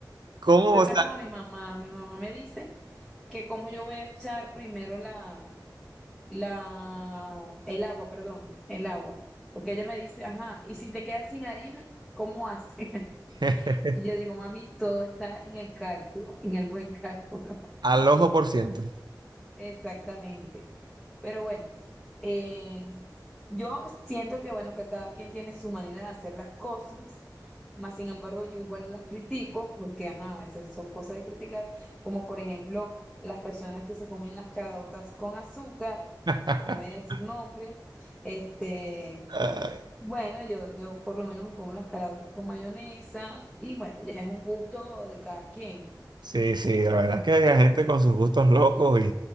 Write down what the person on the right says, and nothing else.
¿cómo?
O
sea,
<laughs>
al ojo por ciento.
<laughs>
Ay,
Sí, sí, la verdad es que hay gente con sus gustos locos y,